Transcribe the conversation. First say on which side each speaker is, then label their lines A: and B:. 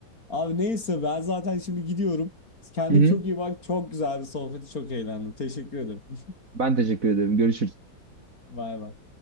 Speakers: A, on the left; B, on the right.
A: Abi neyse ben zaten şimdi gidiyorum. Kendine
B: Hı hı.
A: çok iyi bak. Çok güzel bir sohbeti çok eğlendim. Teşekkür ederim. <laughs>
B: Ben teşekkür ederim. Görüşürüz.
A: Bay bay.